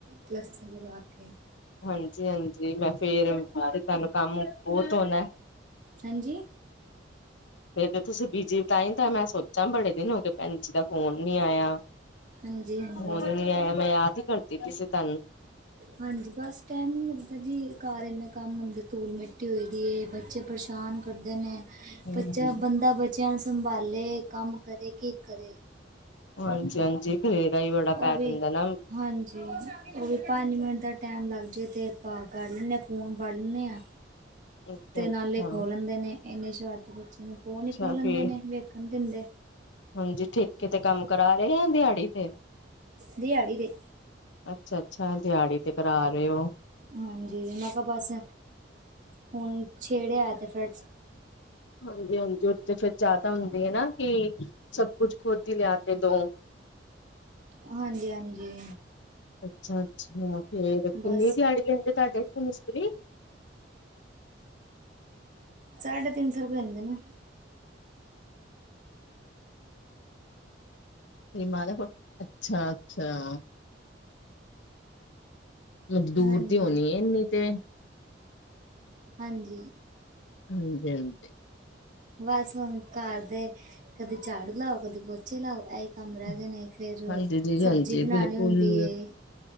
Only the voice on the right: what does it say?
ਪਲਸਤਰ ਕਰਵਾ ਕੇ ਕੇ
ਹਾਂਜੀ
ਹਾਂਜੀ ਹਾਂਜੀ
ਹਾਂਜੀ ਬਸ ਟੈਮ ਈ ਨੀ ਲੱਗਦਾ ਜੀ ਘਰ ਇੰਨੇ ਕੰਮ ਹੁੰਦੇ ਧੂਲ ਮਿੱਟੀ ਹੋਏ ਦੀ ਏ ਬ ਚੇ ਪਰੇਸ਼ਾਨ ਕਰਦੇ ਨੇ
ਬੱਚਾ ਬੰਦਾ ਬਚ ਚਿਆਂ ਨੂੰ ਸੰਬਾਲੇ ਕੰਮ ਕਰੇ ਕਿ ਕਰੇ?
ਉਹ
ਵੀ
ਹਾਂਜੀ ਓ ਵੀ ਪੰਜ ਮਿੰਟ ਦਾ ਟੈਮ ਲੱਗ ਜੇ ਤੇ ਆਪਾਂ ਕਰ ਲੈਨੇ ਆਂ ਫੋਨ ਫੜ ਲੈਨੇ ਆਂ।
ਤੇ ਨਾਲੇ ਖੋ ਲੈਂਦੇ ਨੇ ਏਨੇ ਸ਼ਰਾਰਤੀ ਬੱਚੇ ਨੇ ਫੋਨ
ਈ ਖੋ ਲੈਂਦੇ
ਨੇ ਵੇਖਨ ਨੀ ਦਿੰਦੇ।
ਦਿਆੜੀ ਤੇ।
ਹਾਂਜੀ ਮੈਂ ਕਿਆ ਬਸ ਹੁਨ ਛੇੜਿਆ ਤੇ ਫੇ
ਹਾਂਜੀ ਹਾਂਜੀ।
ਬਸ
ਸਾਢੇ ਤਿੰਨ ਸੌ ਰੁਪਏ ਲੈਂਦੇ ਨੇ।
ਹਾਂਜੀ
ਹਾਂਜੀ।
ਬਸ ਹੁਨ ਘਰ ਦੇ ਕਦੀ ਝਾੜੂ ਲਾਓ, ਕਦੀ ਪੋਚੇ ਲਾਓ ਐ ਈ ਕੰਮ ਰੈ
ਗਏ ਨੇ ਫੇਰ
ਸਬਜੀ
ਬਨਾਣੀ
ਹੁੰਦੀ ਏ।